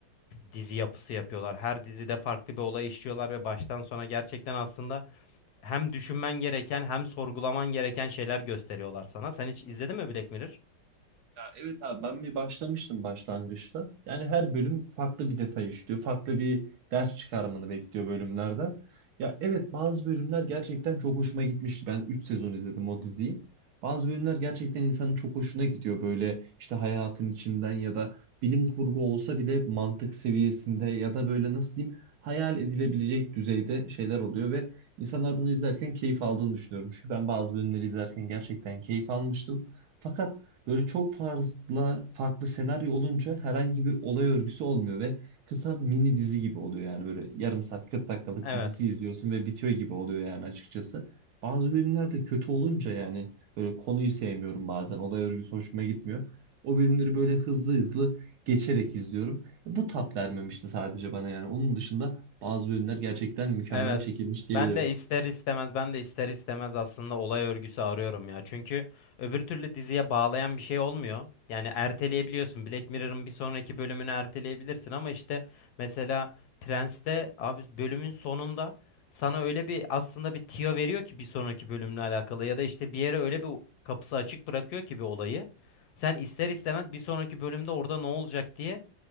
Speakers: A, on the left; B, on the right.
A: dizi yapısı yapıyorlar. Her dizide farklı bir olay işliyorlar ve baştan sona gerçekten aslında hem düşünmen gereken hem sorgulaman gereken şeyler gösteriyorlar sana. Sen hiç izledin mi Black Mirror?
B: Ya evet abi ben bir başlamıştım başlangıçta. Yani her bölüm farklı bir detay işliyor. Farklı bir ders çıkarmanı bekliyor bölümlerden. Ya evet bazı bölümler gerçekten çok hoşuma gitmişti. Ben 3 sezon izledim o diziyi. Bazı bölümler gerçekten insanın çok hoşuna gidiyor. Böyle işte hayatın içinden ya da bilim kurgu olsa bile mantık seviyesinde ya da böyle nasıl diyeyim hayal edilebilecek düzeyde şeyler oluyor ve insanlar bunu izlerken keyif aldığını düşünüyorum. Çünkü ben bazı bölümleri izlerken gerçekten keyif almıştım. Fakat Böyle çok fazla farklı senaryo olunca herhangi bir olay örgüsü olmuyor ve kısa mini dizi gibi oluyor yani böyle yarım saat 40 dakikalık
A: Evet.
B: bir dizi izliyorsun ve bitiyor gibi oluyor yani açıkçası. Bazı bölümler de kötü olunca yani böyle konuyu sevmiyorum bazen olay örgüsü hoşuma gitmiyor. O bölümleri böyle hızlı hızlı geçerek izliyorum. E, Bu tat vermemişti sadece bana yani. Onun dışında bazı bölümler gerçekten mükemmel
A: Evet.
B: çekilmiş diyebilirim.
A: Ben de ister istemez ben de ister istemez aslında olay örgüsü arıyorum ya. Çünkü öbür türlü diziye bağlayan bir şey olmuyor. Yani erteleyebiliyorsun. Black Mirror'ın bir sonraki bölümünü erteleyebilirsin ama işte mesela Prens'te abi bölümün sonunda sana öyle bir aslında bir tüyo veriyor ki bir sonraki bölümle alakalı ya da işte bir yere öyle bir kapısı açık bırakıyor ki bir olayı. Sen ister istemez bir sonraki bölümde orada ne olacak diye